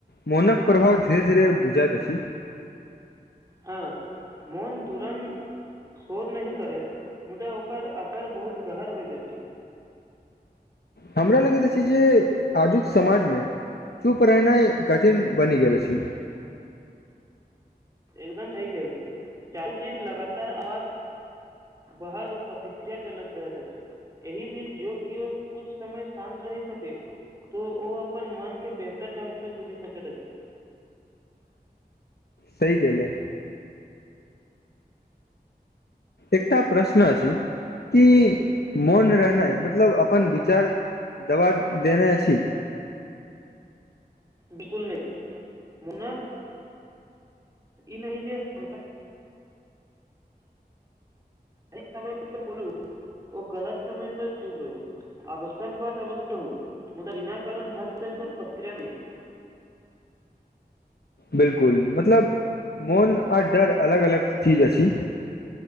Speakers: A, on the left; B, on the right.
A: मोनक प्रभाव धीरे धीरे बुझइत अछि अछि
B: हँ मोन तुरण शोर न करैत मुदा ओकर असर बहुत गहर होइत अछि
A: हमरा लगैत अछि अछि जे आजुक समाजमे चुप रहनाइ कठिन बनि गेल छै
B: एकदम सहि कहली चारू दिस लगातार आज बर ओ प्रतिक्रिया चलैत रहैत छै एहि बीच जो कि कुछ समय शान्त रहि सके तो ओ अपन मन के बेहतर ढंग से बुझि सकैत अछि
A: सही कहले एकटा प्रश्न छै कि मौन रहनाइ मतलब अपन विचार दबा देने अछि
B: बिकुल नहि मुनक ई नहि जे <unintelligible> एहि समय पर बोलू ओ गलत समय पर चुप रहू अवश्यकक बाद अवश हो मुदा बिना कारण हर विषय पर प्रतक्रिया नहि दी
A: बिलकुल मतलब मोन आर डर अलग अलग चीज अछि